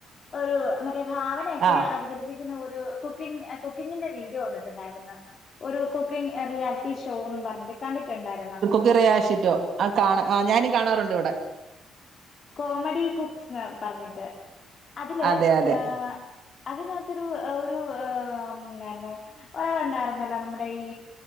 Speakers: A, on the left; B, on the right.
A: ഒരു മറ്റേ ഭാവന നഒക്കെ
B: ആ
A: അവതരിപ്പിക്കുന്ന ഒരു കുക്കിങ് എഹ് കുക്കിങ്ങിന്റെ വീഡിയോ വന്നിട്ടുണ്ടായിര്ന്ന് ഒരു കുക്കിങ് റിയാലിറ്റി ഷോന്നും പറഞ്ഞിട്ട് കണ്ടിട്ട്ണ്ടായിരുന്നോ
B: ഗ്റെ ആശിറ്റോ ആഹ് കാണാ ആഹ് ഞാനും കാണാറുണ്ട് ഇവ്ടെ
A: കോമഡി കുക്സ്ന്ന് പറഞ്ഞിട്ട് അതില്
B: അതെ അതെ
A: ഏഹ് അതിനകത്തൊരു ഒരു ഏഹ് ഒരു എഹ് ഉം ന്ന് അർഞ്ഞ് ഒരാളൊണ്ടായിരുന്നല്ലോ നമ്മടെ ഈ